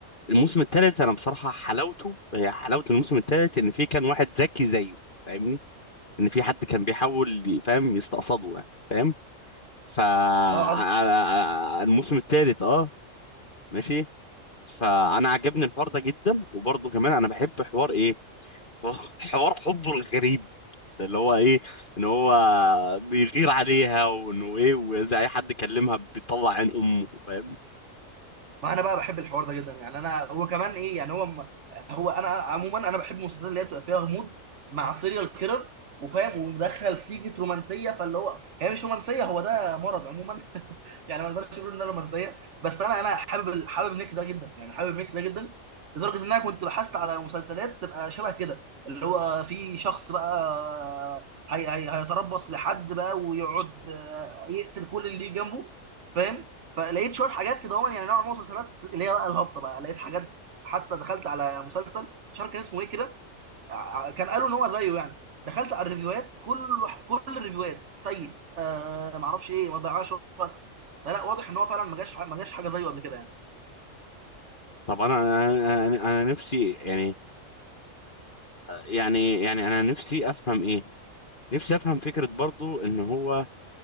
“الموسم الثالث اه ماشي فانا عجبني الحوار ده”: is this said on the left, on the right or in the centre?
Left